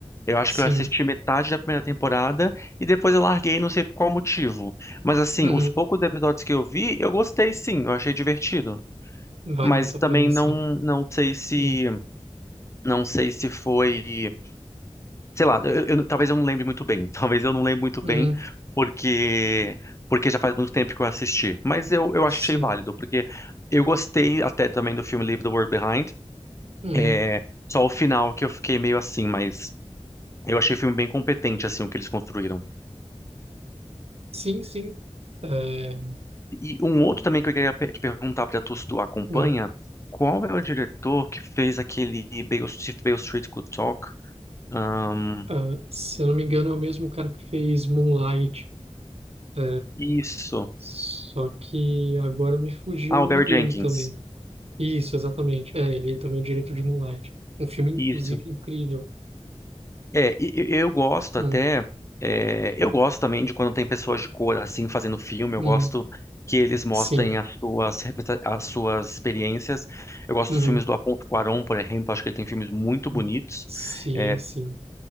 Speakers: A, on the left; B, on the right.
A: Eu acho
B: sim.
A: que eu assisti metade da primeira temporada e depois eu larguei, não sei por qual motivo. Mas assim,
B: Uhum.
A: os poucos episódios que eu vi, eu gostei sim, eu achei divertido.
B: Vale
A: Mas
B: muito
A: também
B: a pena,
A: não
B: sim.
A: não sei se
B: Hum,
A: não sei se foi, sei lá, eu- eu- talvez eu não lembre muito bem. <laughs> Talvez eu não lembre muito
B: uhum.
A: bem porque porque já faz muito tempo que eu assisti. Mas eu, eu
B: Sim.
A: achei válido, porque eu gostei até também do filme Leave the World Behind.
B: Uhum.
A: É, só o final que eu fiquei meio assim, mas eu achei o filme bem competente assim o que eles construíram.
B: Sim, sim. É,
A: E um outro também que eu queria pe- te perguntar, para tu se tu acompanha,
B: hum.
A: qual é o diretor que fez aquele Beale, If Beale Street Could Talk? Ahn,
B: Ah, se eu não me engano, é o mesmo cara que fez Moonlight. É,
A: isso.
B: só que agora me fugiu
A: Ah,
B: o nome
A: o Barry
B: dele
A: Jenkins.
B: também. Isso, exatamente. É, ele é também o diretor de Moonlight. Um filme, inclusive,
A: Isso.
B: incrível.
A: É, e- e- eu gosto
B: Hum,
A: até, é, eu gosto também de quando tem pessoas de cor assim fazendo filme, eu
B: uhum,
A: gosto que eles mostrem
B: sim.
A: as suas, representa- as suas experiências. Eu gosto
B: Uhum,
A: dos filmes do Afonso Cuarón, por exemplo, acho que ele tem filmes muito
B: uhum.
A: bonitos.
B: sim,
A: É,
B: sim.